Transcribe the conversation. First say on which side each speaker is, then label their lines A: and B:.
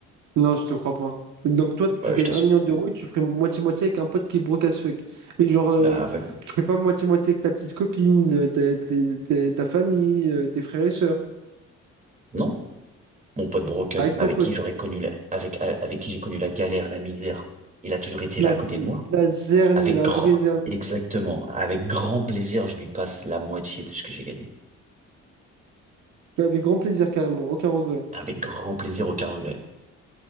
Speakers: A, on the right; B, on the right.
A: Non, je te crois pas. Donc toi, tu
B: Bah,
A: gagnes
B: je t'assure.
A: un million d'euros et tu ferais moitié-moitié avec un pote qui est broke as fuck. Et genre, euh,
B: Bah, avec-
A: tu ferais pas moitié-moitié avec ta petite copine, euh, ta, tes- tes- ta famille, euh, tes frères et sœurs.
B: non, mon pote Broken,
A: Avec
B: avec
A: ton pote.
B: qui j'aurais connu la- avec, avec qui j'ai connu la galère, la misère, il a toujours été
A: La,
B: là à côté de moi.
A: la zermie,
B: Avec
A: la
B: grand,
A: vraie zermie.
B: exactement, avec grand plaisir, je lui passe la moitié de ce que j'ai gagné.
A: Avec grand plaisir carrément, aucun regret.
B: Avec grand plaisir, aucun regret.